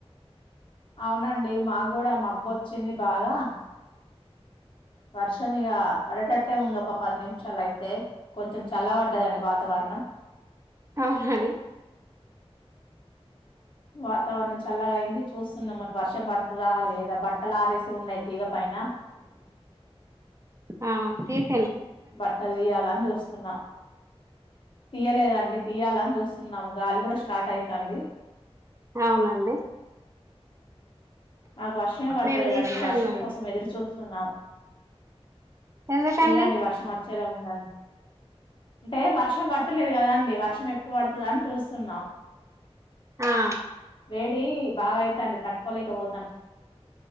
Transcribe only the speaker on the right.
ఆహ్ అండి
ఆ తీస్
అవునండి
మేము తీస్తున్నాండి
ఎందుకండి
ఆ